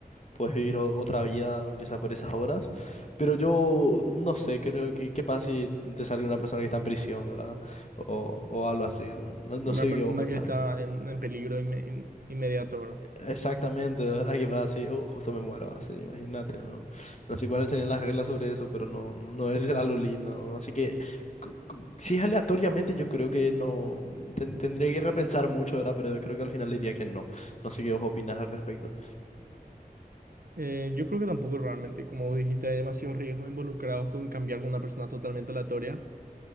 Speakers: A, on the left (about 50°); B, on the right (about 70°).
A: puedes vivir o- otra vida, aunque sea por esas horas. Pero yo no sé, creo que qué pasa si te sale una persona que está en prisión, ¿verdad? O, o algo así. No, no no
B: Una
A: sé
B: persona
A: qué vos pensás.
B: que está en, en peligro inme- in- inmediato, ¿verdad?
A: Exactamente, de verdad que va así, oh, justo me muero así, imagínate, no, no sé cuáles serían las reglas sobre eso, pero no, no debe ser algo lindo, ¿no? así que cu- cu- si es aleatoriamente yo creo que no, ten- tendría que repensar mucho, ¿verdad? Pero yo creo que al final diría que no, no sé qué vos opinás al respecto.
B: Eh, yo creo que tampoco realmente, como vos dijiste, hay demasiados riesgos involucrados con cambiar con una persona totalmente aleatoria.